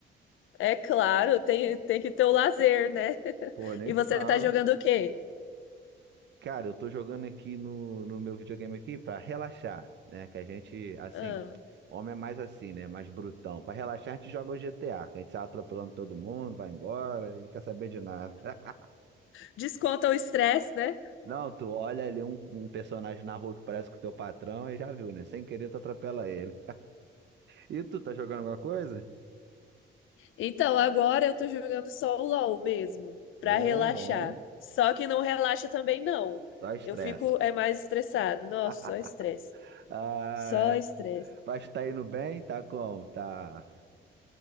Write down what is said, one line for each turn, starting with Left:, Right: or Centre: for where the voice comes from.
Left: É claro, tem, tem que ter o lazer, né? <laughs>
Right: Pô, nem
Left: E você
Right: fala.
Left: tá jogando o quê?
Right: Cara, eu tô jogando aqui no, no meu videogame aqui pra relaxar, né? Que a gente, assim,
Left: Ah,
Right: homem é mais assim, né? Mais brutão. Pra relaxar, a gente joga o GTA, que a gente sai atropelando todo mundo, vai embora e quer saber de nada. <laughs>
Left: desconta o estresse, né?
Right: Não, tu olha ali um, um personagem na rua que parece com o teu patrão e já viu, né? Sem querer, tu atropela ele. E tu, tá jogando alguma coisa?
Left: Então, agora eu tô jogando só o LoL mesmo, pra
Right: Bom,
Left: relaxar.
Right: bom.
Left: Só que não relaxa também, não.
Right: Só estressa.
Left: Eu fico é mais estressado. Nossa,
Right: <laughs>
Left: só estresse.
Right: Ah,
Left: Só estresse.
Right: mas tá indo bem? Tá como? Tá.